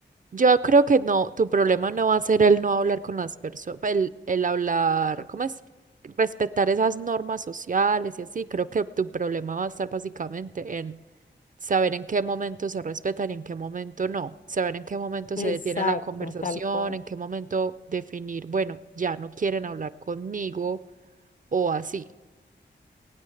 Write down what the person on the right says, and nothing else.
Yo creo que no, tu problema no va a ser el no hablar con las personas, el, el hablar, ¿cómo es? Respetar esas normas sociales y así. Creo que tu problema va a estar básicamente en saber en qué momento se respetan y en qué momento no, saber en qué momento
se detiene la conversación,
en qué momento definir, bueno, ya no quieren hablar conmigo o así.